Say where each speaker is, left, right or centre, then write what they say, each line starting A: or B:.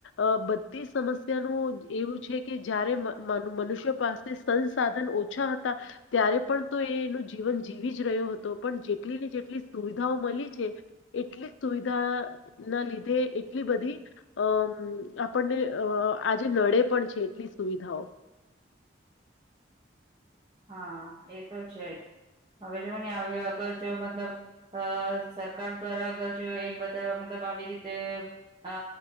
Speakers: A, on the left; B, on the right.
A: અ બધી સમસ્યાનું એવું છે કે જારે મનુષ્ય પાસે સંન સાધન ઓછા હતા ત્યારે પણ તો એ એનું જીવન જીવી જ રહ્યો હતો પણ જેટલી ને જેટલી સુવિધાઓ મળી છે એટલી સુવિધા ના લીધે એટલી બધી અ આપણને અ આજે નડે પણ છે એટલી સુવિધાઓ
B: હા એ તો છે જ હવે જો ને હ અગર જો મતલબ અ સરકાર દ્વારા અગર જો એ બધા મતલબ આવી રીતે અ